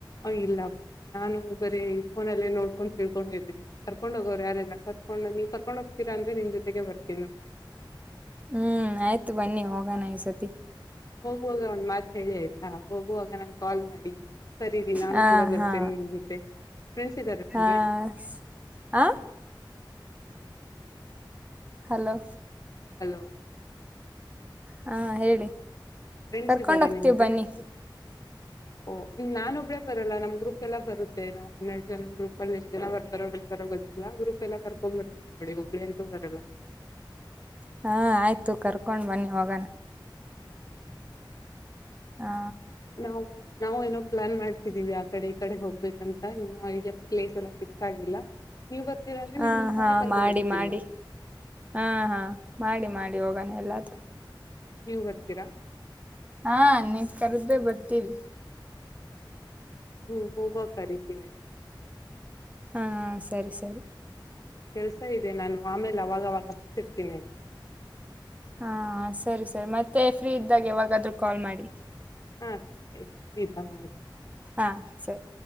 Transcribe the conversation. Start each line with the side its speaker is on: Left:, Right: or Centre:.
Left: ಇಲ್ಲಪ್ಪ ನಾನು ಬರೀ ಫೋನಲ್ಲೇ ನೋಡ್ಕೊಂಡ ತಿಳ್ಕೊಂಡಿದ್ದೀನಿ ಕರ್ಕೊಂಡ್ ಹೋಗೋರ್ ಯಾರಿಲ್ಲ ಕರ್ಕೊಂಡ ನೀ ಕರ್ಕೊಂಡೋ ಹೋಗ್ತೀರ ಅಂದ್ರೆ ನಿಮ್ ಜೊತೆಗೆ ಬರ್ತಿ
Right: ಹ್ಮ್ ಆಯ್ತು ಬನ್ನಿ ಹೋಗೋಣಾ ಈ ಸ ಲಿ
Left: ಹೋಗುವಾಗ ಒಂದ್ ಮಾತ್ ಹೇಳಿ ಆಯ್ತಾ ಹೋಗುವಾಗ ನಾ ಕಾಲ್ ಮಾಡಿ ಕರೀರಿ ನಾನು
Right: ಹಾ
Left: ಕೂಡ ಬರ್ತೀನಿ
Right: ಹಾ
Left: ನಿಮ್ ಜೊತೆ ಫ್ರೆಂಡ್ಸ್ ಇದ್ದಾರೆ ನಮಗೆ
Right: ಹಾ ಸ್- ಆ ಹಲೋ
Left: ಹಲೋ
Right: ಹಾ ಹೇಳಿ
Left: ಫ್ರೆಂಡ್ಸ್
Right: ಕರ್ಕೊಂಡ್
Left: ಇದ್ದಾರಾ
Right: ಹೋಗ್ತೀವಿ
Left: ನಿಮ್ಗೆ
Right: ಬನ್ನಿ
Left: ಓಹ ನಾನ ಒಬ್ಬಳೇ ಬರಲ್ಲ ನಮ್ ಗ್ರೂಪ್ ಎಲ್ಲ ಬರುತ್ತೆ ನಾವ್ ಹನ್ನೆರಡ್ ಜನ ಗ್ರೂಪ್ ಅಲ್ಲಿ ಎಷ್ಟ್ ಜನ ಬರ್ತಾರೋ ಬಿಡ್ತಾರೋ ಗೊತ್ತಿಲ್ಲ ಗ್ರೂಪ್ ಎಲ್ಲಾ ಕರ್ಕೊಂಡ್ ಬರ್ತೀನಿ ನೋಡಿ ಒಬ್ಬಳೇ ಅಂತೂ ಬರಲ್ಲ
Right: ಹಾ ಆಯ್ತು ಕರ್ಕೊಂಡ್ ಬನ್ನಿ ಹೋಗೋಣ
Left: <inaudible>
Right: ಹಾ
Left: ನಾವು ನಾವು ಏನೋ ಪ್ಲಾನ್ ಮಾಡ್ತಿದೀವಿ ಆ ಕಡೆ ಈ ಕಡೆ ಹೋಗ್ಬೇಕಂತ ಇನ್ನು ಐಡಿಯಾ ಪ್ಲೇಸ್ ಎಲ್ಲ ಫಿಕ್ಸ್ ಆಗಿಲ್ಲ ನೀವ್ ಬರ್ತೀರಾ ಅಂದ್ರೆ
Right: ಹಾ
Left: ನಿಮ್ಮನ್
Right: ಹಾ
Left: ಸಹ ಕರ್ಕೊಂಡ್
Right: ಮಾಡಿ
Left: ಹೋಗ್ತೀವಿ
Right: ಮಾಡಿ
Left: ನಾವು
Right: ಹಾ ಹಾ ಮಾಡಿ ಮಾಡಿ ಹೋಗಾನೆ ಎಲ್ಲಾದ್ರೂ
Left: ನೀವು ಬರ್ತೀರಾ
Right: ಹಾ ನೀವು ಕರದ್ರೆ ಬರ್ತೀವಿ
Left: ಹ್ಮ ಹೋಗುವಾಗ ಕರೀತೀನಿ
Right: ಹಾ ಸರಿ ಸರಿ
Left: ಕೆಲ್ಸ ಇದೆ ನಾನು ಆಮೇಲೆ ಅವಾಗವಾಗ ಹಚ್ತಿರ್ತೀವಿ
Right: ಹಾ ಸರಿ ಸರಿ ಮತ್ತೆ ಫ್ರೀ ಇದ್ದಾಗ ಯಾವಾಗಾದ್ರೂ ಕಾಲ್ ಮಾಡಿ
Left: ಹಾ ಫ್ರೀ ಇದ್ದಾಗ ಮಾಡಿ
Right: ಹಾ ಸರಿ